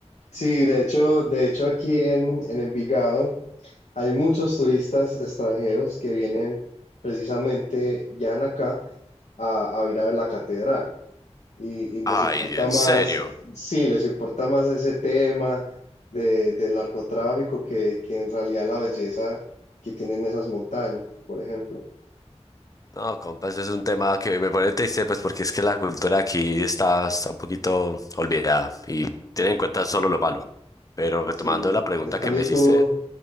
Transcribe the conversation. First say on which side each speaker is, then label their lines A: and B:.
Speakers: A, on the left; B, on the left.
A: Sí, de hecho, de hecho aquí en, en Envigado hay muchos turistas extranjeros que vienen precisamente, viajan acá a, a ir a ver la catedral. y, y les
B: Ay,
A: importa
B: en
A: más,
B: serio.
A: eh, sí, les importa más ese tema de, del narcotráfico que, que en realidad la belleza que tienen esas montañas, por ejemplo.
B: No, compas, es un tema que me pone triste, pues porque es que la cultura aquí está, está un poquito olvidada y tiene en cuenta solo lo malo. Pero retomando
A: Sí,
B: la pregunta
A: en cambio
B: que me hiciste,
A: tú,